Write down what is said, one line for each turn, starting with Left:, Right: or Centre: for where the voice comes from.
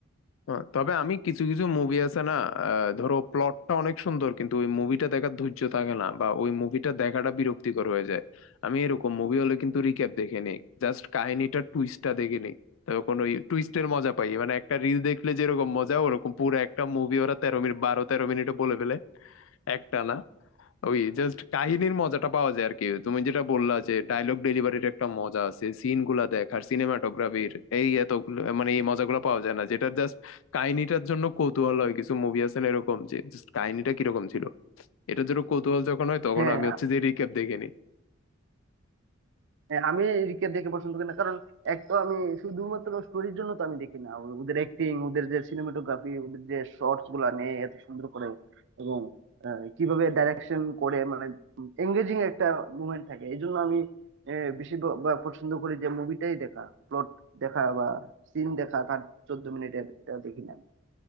Left: হ্যাঁ, তবে আমি কিছু কিছু মুভি আছে না আহ, ধরো প্লটটা অনেক সুন্দর কিন্তু ওই মুভিটা দেখার ধৈর্য থাকে না বা ওই মুভিটা দেখাটা বিরক্তিকর হয়ে যায় আমি এরকম মুভি হলে কিন্তু রিক্যাপ দেখে নিই জাস্ট কাহিনীটা টুইস্টটা দেখে নিই তখন ওই টুইস্টের মজা পাই মানে একটা রিল দেখলে যেরকম মজা ওরকম পুরো একটা মুভি ওরা তেরো মিনিট বারো তেরো মিনিটে বলে ফেলে একটা না ওই জাস্ট কাহিনীর মজাটা পাওয়া যায় আর কি তুমি যেটা বললা যে ডায়লগ ডেলিভারির একটা মজা আছে সিন গুলা দেখ আর সিনেমাটোগ্রাফির এই এতগুলো মানে এই মজাগুলো পাওয়া যায় না যেটা জাস্ট কাহিনীটার জন্য কৌতূহল হয় কিছু মুভি আছে না এরকম যে জাস্ট কাহিনীটা কিরকম ছিল এটার জন্য কৌতূহল যখন হয় তখন
Right: হ্যাঁ
Left: আমি হচ্ছে যে রিক্যাপ দেখে নিই
Right: হ্যাঁ, আমি রিকে দেখে পছন্দ করি না কারণ এক তো আমি শুধুমাত্র স্টোরির জন্য তো আমি দেখি না ও- ওদের অ্যাক্টিং ওদের যে সিনেমাটোগ্রাফি ওদের যে শর্টস গুলা নেয় এত সুন্দর করে এবং আহ, কিভাবে ডাইরেকশন করে মানে এঙ্গেজিং একটা মুভমেন্ট থাকে এই জন্য আমি আহ, বেশি ব- বা পছন্দ করি যে মুভিটাই দেখা প্লট দেখা বা সিন দেখা তার চোদ্দ মিনিটের এটা দেখি না